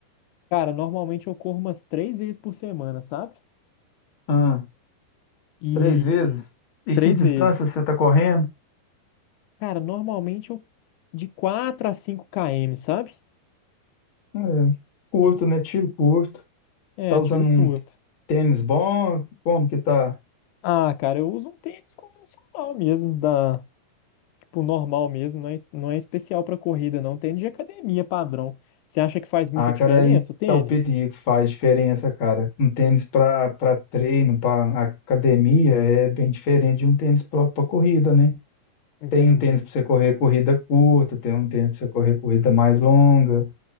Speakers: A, on the left; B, on the left.
A: Cara, normalmente eu corro umas três vezes por semana, sabe?
B: Ah,
A: E
B: três vezes? E
A: três
B: que distância
A: vezes.
B: você tá correndo?
A: Cara, normalmente eu de quatro a cinco km, sabe?
B: É, curto, né? Tiro curto.
A: É,
B: Tá usando
A: tiro curto.
B: um tênis bom? Como que tá?
A: Ah, cara, eu uso um tênis convencional mesmo, da, tipo, normal mesmo, não é, es- não é especial pra corrida, não. Tênis de academia padrão. Você acha que faz muita
B: Ah, cara,
A: diferença
B: aí
A: o tênis?
B: tá o perigo, faz diferença, cara. Um tênis pra, pra treino, pra academia, é bem diferente de um tênis próprio pra corrida, né?
A: Entendi.
B: Tem um tênis pra você correr corrida curta, tem um tênis pra você correr corrida mais longa.